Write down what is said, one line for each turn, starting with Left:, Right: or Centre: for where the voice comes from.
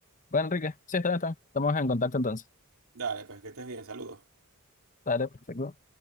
Left: Bueno, Enrique, sí, está bien, está bien. Estamos en contacto entonces.
Right: Dale, pues que estés bien, saludos.
Left: Dale, perfecto.